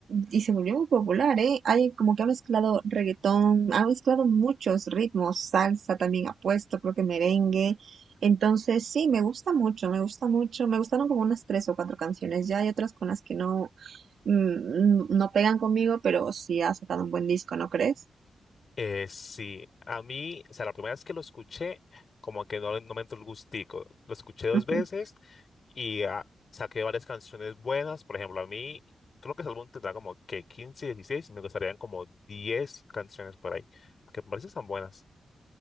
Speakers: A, on the right (about 75°); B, on the left (about 45°).
A: y se volvió muy popular, ¿eh? Hay como que ha mezclado reggaetón, ha mezclado muchos ritmos, salsa también ha puesto, creo que merengue. Entonces, sí, me gusta mucho, me gusta mucho. Me gustaron como unas tres o cuatro canciones. Ya hay otras con las que no, mm, mm, no pegan conmigo, pero sí ha sacado un buen disco, ¿no crees?
B: Eh, sí, a mí, o sea, la primera vez que lo escuché, como que no, no me entró el gustico. Lo escuché dos
A: Ujú.
B: veces y ah, saqué varias canciones buenas. Por ejemplo, a mí, creo que ese álbum tendrá como que 15, 16. me gustarían como 10 canciones por ahí, que me parecen tan buenas.